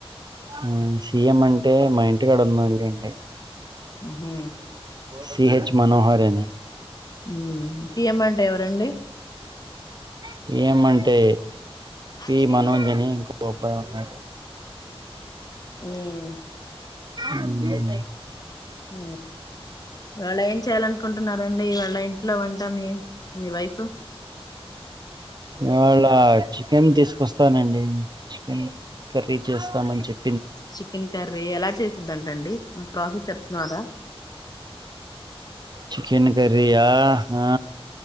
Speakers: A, on the right; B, on the left.
A: ఊ సి ఎం అంటే మా ఇంటి కడ ఉన్నాలెండి
B: ఉహు
A: సిహెచ్ మనోహరని
B: ఊ పిఎం అంటే ఎవరండి
A: పి ఏం అంటే
B: అన్ని
A: పి
B: తిను
A: మనోజ్ అని ఇంకో అబ్బాయి ఉన్నాడు
B: ఊ
A: అండ్లున్నయ్
B: ఊ ఇవాళ ఏం చేయ్యాలనుకుంటున్నారండి ఇవాళ్ళ ఇంట్లో వంట మీ మీ వైఫు
A: ఇవాళ చికెన్ తీసుకొస్తానండి చికెన్ కర్రీ చేస్తామని చెప్పి
B: చికెన్ కర్రీ ఎలా చేసుద్దంటండి ప్రాసస్ చెప్తున్నారా <inaudible>
A: చికెన్ కర్రీ ఆ హా